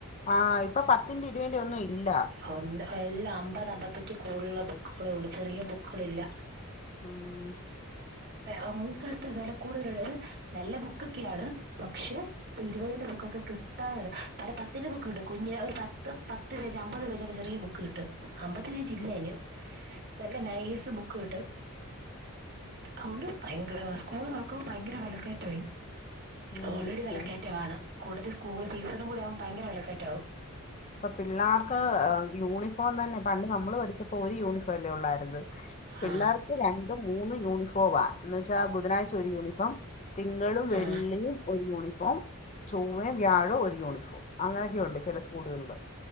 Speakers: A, on the left; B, on the right.
A: ആഹ് ഇപ്പൊ പത്തിന്റെ ഇരുപതിന്റെ ഒന്നും ഇല്ല.
B: ഒ എല്ലാം അമ്പത് അമ്പത്തഞ്ച് കൂടുള്ള ബുക്കുകളേ ഉള്ളു ചെറിയ ബുക്കുകളില്ല.
A: ഉം
B: ആഹ് ഇക്കാലത്തെ വില കൂടുതലള്ളത് നല്ല ബുക്കൊക്കെയാണ് പക്ഷെ. ഇപ്പൊ ഇരുപതിന്റെ ബുക്കൊക്കെ കിട്ടാല്ല പല പത്തിന്റെ ബുക്ക് കിട്ടും കുഞ്ഞേ ഒരു പത്ത് പത്ത്. അമ്പത് പേജോ ചെറിയ ബുക്ക് കിട്ടും അമ്പത് പേജില്ല അയിന്. നല്ല നൈസ് ബുക്ക് കിട്ടും. അതുകൊണ്ട് ഭയങ്കര സ്കൂള് തുറക്കുമ്പോ ഭയങ്കര വിലക്കയറ്റമായി.
A: ഉം
B: ഓൾറെഡി
A: സ്കൂ
B: വിലക്കയറ്റാണ് കൂടുതൽ സ്കൂൾ സീസണും കൂടെ ആകുമ്പോൾ ഭയങ്കര വിലക്കയറ്റമാവും.
A: ഇപ്പ പിള്ളേർക്ക് യൂണിഫോം തന്നെ പണ്ട് നമ്മള് പഠിച്ച. ഒരു യൂണിഫോമല്ലേ ഉള്ളായിരുന് പിള്ളേർക്ക്
B: ആ
A: രണ്ടും മൂന്നും യൂണിഫോം. പോവാ എന്നുവച്ച ബുധനാഴ്ച ഒരു യൂണിഫോം തിങ്കളും വെള്ളി.
B: ആ
A: ഒരു യൂണിഫോം ചൊവ്വ വ്യാഴവും ഒരു യൂണിഫോം അങ്ങനെയൊക്കെയ്ണ്ട് ചില സ്കൂളുകളില്.